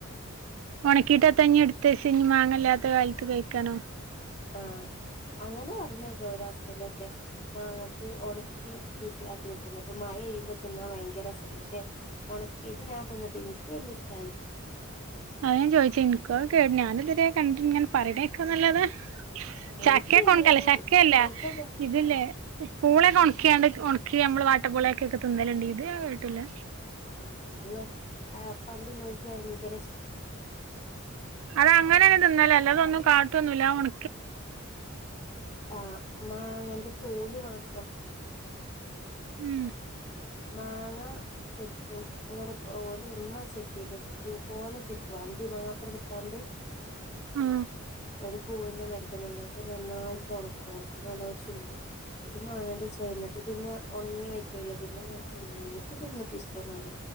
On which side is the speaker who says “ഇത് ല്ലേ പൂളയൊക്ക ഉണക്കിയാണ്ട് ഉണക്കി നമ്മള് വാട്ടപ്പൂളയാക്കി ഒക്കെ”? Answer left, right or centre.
Right